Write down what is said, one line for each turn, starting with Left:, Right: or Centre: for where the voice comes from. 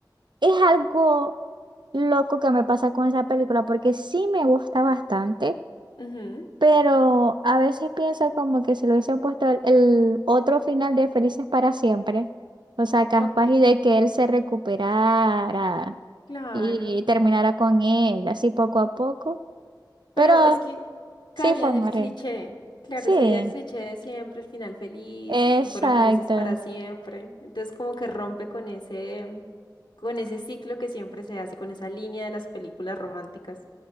Right: es algo loco que me pasa con esa película, porque sí me gusta bastante,
Left: Ujú,
Right: Pero a veces pienso como que si le hubiesen puesto el, el otro final de Felices para siempre, o sea, capaz
Left: Ok,
Right: y de que él se recuperara
Left: claro.
Right: y terminara con ella, así poco a poco.
Left: Pero
Right: Pero
Left: es que
Right: sí
Left: caería
Right: fue
Left: en
Right: Marel.
Left: el cliché. Claro,
Right: Sí,
Left: sería el cliché de siempre, el final feliz,
Right: exacto.
Left: y fueron felices para siempre. Entonces, como que rompe con ese, con ese ciclo que siempre se hace, con esa línea de las películas románticas.